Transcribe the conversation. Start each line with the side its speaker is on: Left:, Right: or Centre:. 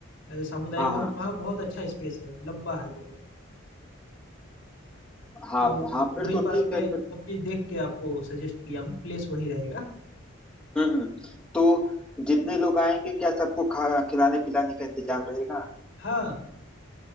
Left: अ, सामुदायिक
Centre: हाँ
Left: भवन
Centre: हाँ
Left: वहाँ बहुत अच्छा स्पेस है लंबा है बहुत
Centre: हाँ
Left: तो
Centre: हाँ फिर
Left: वहीं
Centre: तो
Left: पास
Centre: ठीक
Left: मैं
Centre: है फिर
Left: सब चीज देख के आपको सजेस्ट किया हूँ प्लेस वही रहेगा
Centre: हम्म हम्म। तो जितने लोग आएंगे क्या सबको खा खिलाने पिलाने का इंतजाम रहेगा
Left: हाँ